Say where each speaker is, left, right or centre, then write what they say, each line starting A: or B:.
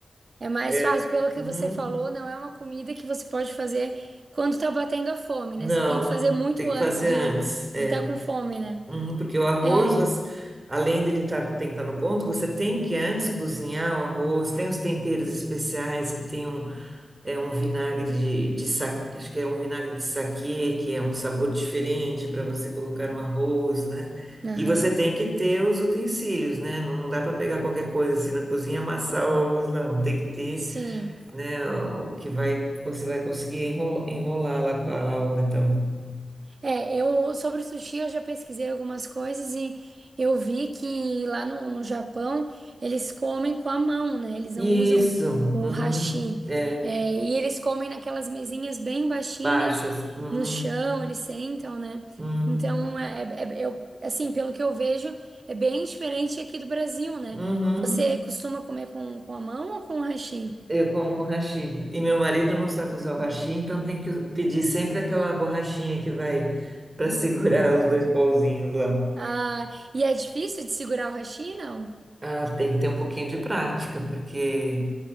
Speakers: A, on the right; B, on the right.
A: É mais
B: É.
A: fácil, pelo que
B: Uhum.
A: você falou, não é uma comida que você pode fazer quando tá batendo a fome,
B: Não,
A: né? Você tem que fazer muito
B: tem
A: antes
B: que fazer
A: de
B: antes. é
A: estar com fome, né?
B: Uhum, porque o arroz,
A: É.
B: você- além dele tá, tem que estar no ponto, você tem que antes cozinhar o arroz, tem os temperos especiais que tem um, é um vinagre de, de sa- acho que é um vinagre de saquê, que é um sabor diferente para você colocar no arroz, né?
A: Aham.
B: E você tem que ter os utensílios, né? Não dá para pegar qualquer coisa assim na cozinha e amassar o arroz lá, não. Tem que ter,
A: Sim.
B: né, o que vai, você vai conseguir enrolar, enrolar lá com a alga, então.
A: É, eu sobre o sushi eu já pesquisei algumas coisas e eu vi que lá no, no Japão eles comem com a mão, né? Eles
B: Isso.
A: não usam o
B: Uhum.
A: hashi.
B: É.
A: É, e eles comem naquelas mesinhas bem baixinhas
B: baixas. Uhum,
A: no chão, eles sentam, né?
B: uhum,
A: Então, é, é- é, eu, assim, pelo que eu vejo, é bem diferente aqui do Brasil, né?
B: uhum.
A: Você Uhum. costuma comer com, com a mão ou com o hashi?
B: Eu como com hashi. E meu marido não sabe usar o hashi, então tem que pedir sempre aquela borrachinha que vai para segurar os dois pauzinhos lá.
A: Ah, e é difícil de segurar o hashi, não?
B: Ah, tem que ter um pouquinho de prática, porque